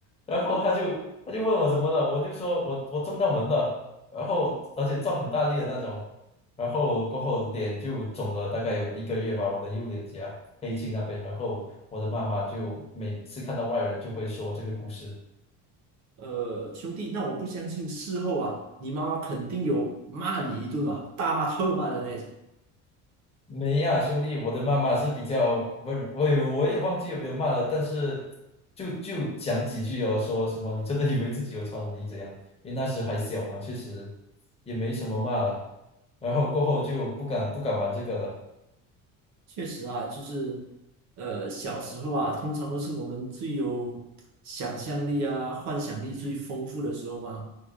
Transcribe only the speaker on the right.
呃，兄弟，那我不相信事后啊，你妈妈肯定有骂你一顿吧，大骂特骂的那种。
确实啊，就是呃，小时候啊，通常都是我们最有想象力啊、幻想力最丰富的时候嘛。